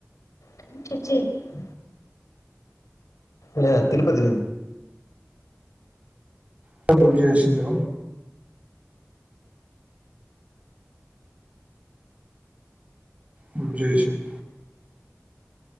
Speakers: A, on the left (about 85°); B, on the right (about 25°).
A: అన్ స్టిచ్చింగ్ కి లే తిరుపతి
B: త బుక్ జేసిండు బుక్ జేషిండ్